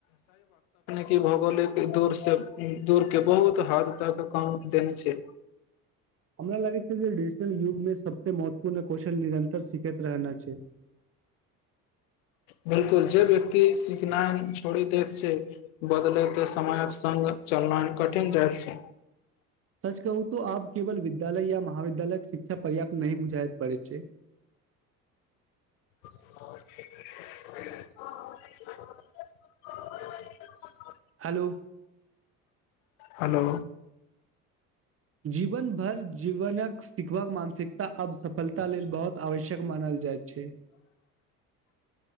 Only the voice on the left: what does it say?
कि भौगोलिक दूर दूरके बहुत हद तक काम देने छै
बिलकुल जे व्यक्ति सिखनाइ छोड़ि दैत छै बदलैत समयक सङ्ग चलनाइ कठिन जाइत छै।
<unintelligible>
हेलो